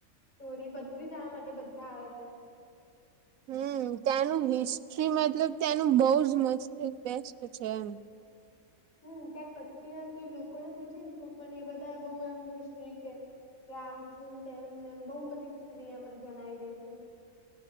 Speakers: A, on the left; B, on the right.
A: સ્ટોરી બધી જાણવા માટે બધા આવે ત્યાં.
B: હમ ત્યાંનું હિસ્ટ્રી મતલબ ત્યાંનું બહ જ મસ્ત બેસ્ટ છે એમ.
A: હમ ત્યાં કચ્છી ના કોઈ લોકોને પૂછે ને તો પણ એ બધા બઉુ એમ હિસ્ટ્રી કે. કે આમ છેને તેમને બહુ બધી સત્રી અં પર જણાવી દે છે.